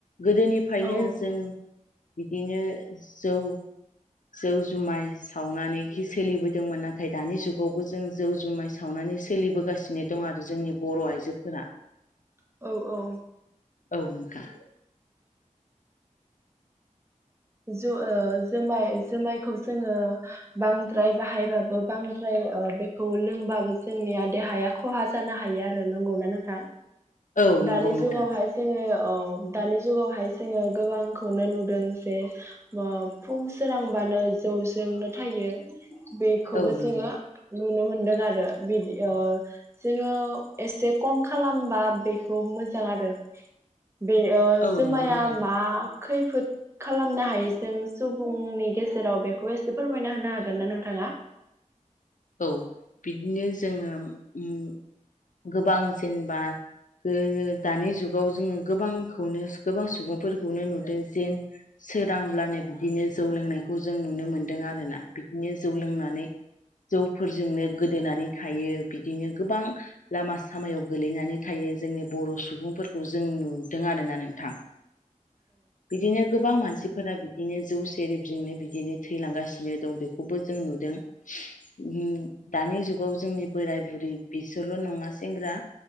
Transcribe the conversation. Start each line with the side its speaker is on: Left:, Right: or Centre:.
Left: गोदोनिफ्रायनो
Right: औ
Left: जों बिदिनो जौ जौ जुमाय सावनानै सोलिबोदोंमोन नाथाय दानि जुगावबो जों जौ जुमाय सावनानै सोलिबोगासिनो दं आरो जोंनि बर' आइजोफोरा।
Right: औ औ
Left: औ नोंथां
Right: जु ओ जुमाय जुमायखौ जोङो बांद्राय बाहायबाबो बांद्राय ओ बेखौ लोंबाबो जोंनिया देहाया खहा जानो हायो आरो नंगौना नोंथां।
Left: औ
Right: दानि
Left: नंगौ
Right: जुगावहाय
Left: नोंथां
Right: जोङो अ दानि जुगावहाय जोङो गोबांखौनो नुदों जे ओ फुं सोरांबानो जौजोंनो थायो बेखौबो
Left: औ नंगौ
Right: जोङो नुनो मोनदों आरो बिदि ओ जोङो एसे खम खालामबा बे खौ मोजां आरो बे ओ
Left: औ
Right: जुमाया
Left: नंगौ नोंथां
Right: मा खैफोद खालामनो हायो जों सुबुंनि गेजेराव बेखौ एसे फोरमायना होनो हागोन ना नोंथाङा।
Left: औ बिदिनो जोङो उम गोबां जेनेबा ओ दानि जुगाव जोङो गोबांखौनो गोबां सुबुंफोरखौनो नुदों जेन सोरांब्लानो बिदिनो जौ लोंनायखौ जों नुनो मोन्दों आरोना बिदिनो जौ लोंनानै जौफोरजोंनो गोदोनानै थायो बिदिनो गोबां लामा सामायाव गोलैनानै थायो जोंनि बर' सुबुंफोरखौ जों नुदों आरोना नोंथां।
Right: <unintelligible>
Left: बिदिनो गोबां मानसिफोरा बिदिनो जौ सेरेबजोंनो बिदिनो थैलांगासिनो दं बेखौबो जों नुदों।
Right: <unintelligible>
Left: उम दानि जुगाव जोंनि बोराय बुरै बिसोरल' नं सेंग्रा